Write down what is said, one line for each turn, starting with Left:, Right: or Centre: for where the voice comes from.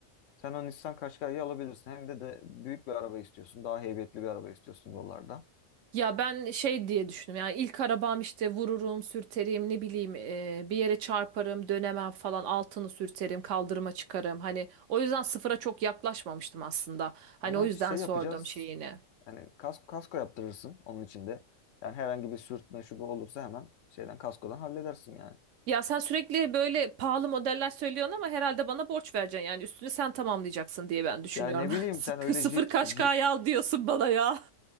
Left: Sen o Nissan Qashqai'yi alabilirsin. Hem de, de büyük bir araba istiyorsun. Daha heybetli bir araba istiyorsun yollarda.
Right: Ya ben şey diye düşündüm. Yani ilk arabam işte vururum, sürterim, ne bileyim e, bir yere çarparım, dönemem falan, altını sürterim, kaldırıma çıkarım. Hani o yüzden sıfıra çok yaklaşmamıştım aslında. Hani
Left: Ama
Right: o yüzden
Left: şey
Right: sordum
Left: yapacağız.
Right: şeyini.
Left: Yani kask, kasko yaptırırsın onun içinde. Yani herhangi bir sürtme şu bu olursa hemen şeyden kaskodan halledersin yani.
Right: Ya sen sürekli böyle pahalı modeller söylüyorsun ama herhalde bana borç vereceksin. Yani üstünü sen tamamlayacaksın diye ben düşünüyorum.
Left: Ya ne bileyim
Right: <laughs> Sıkı
Left: sen öyle
Right: sıfır
Left: jip,
Right: kaşkaya
Left: jip
Right: al diyorsun bana ya. <laughs>